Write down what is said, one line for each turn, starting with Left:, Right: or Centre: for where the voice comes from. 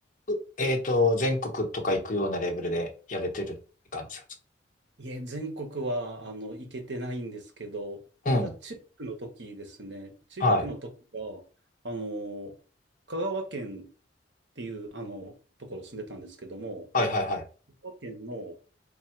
Left: うえっと、全国とか行くようなレベルでやれてるって感じなんですか
Right: いえ、全国は、あの、行けてないんですけど、
Left: うん。
Right: ただ、中学の時ですね、中学の時は、
Left: はい。
Right: あの、香川県っていう、あの、ところ住んでたんですけども、
Left: はいはいはい。
Right: 香川県の、